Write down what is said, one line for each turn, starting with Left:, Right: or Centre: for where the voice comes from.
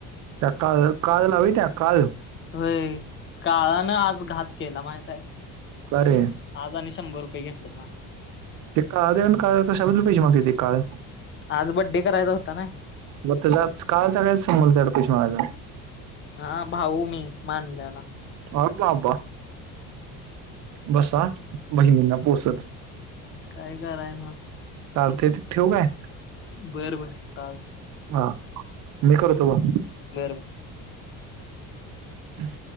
Right: त्या का कादलाववी त्या काद
Left: होय काळानं आज घात केला माझा आहे.
Right: कारे.
Left: आज आणि शंभर रुपये घेतलेत माझं.
Right: ते काळ कशाबद्दल पिसे मागते ते काळ.
Left: आज बड्डे करायचा होता ना.
Right: बग त्याचा आज काहीच्या काही संबंध त्या पौष महाराजांना
Left: हा भाऊ मी माांनल्याला
Right: अ काबा <unintelligible> बसा बहिणींना पोसत.
Left: काय कराय.
Right: चालतय ठेऊ काय?
Left: बर बरं चालतं.
Right: हा मी करतो ब
Left: बर बर.
Right: हं.